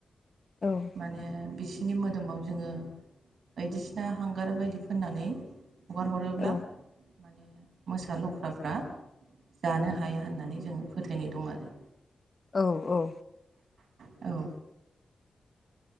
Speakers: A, on the left; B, on the right.
A: औ
B: माने बिसिनि मोदोमाव जोंङो बायदिसिना हांगार बायदि फोननानै हगार हरोब्ला
A: औ
B: माने मोसा लख्राफ्रा जानो हाया होननानै जोंङो फोथायनाय दं आरो।
A: औ औ
B: <inaudible> औ